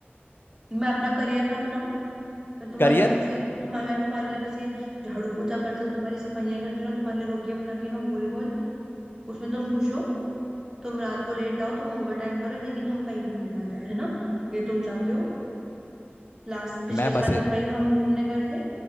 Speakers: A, on the right; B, on the left.
A: मैं अपना करियर ना बनाऊं मैं तुम्हारे
B: करियर
A: बस ऐसे तुम्हारे मैं तुम्हारे लिए बस ये झाड़ू पोछा बर्तन तुम्हारी सफाइयां करती रहूं तुम्हारे लिए रोटियां बनाती रहूं गोल गोल उसमें तुम खुश हो तुम रात को लेट आओ तुम ओवर टाइम करो लेकिन हम कहीं घूमने ना जाए है ना ये तुम चाहते हो लास्ट पिछले
B: मैं
A: साल
B: बस
A: हम कहीं हम घूमने गए थे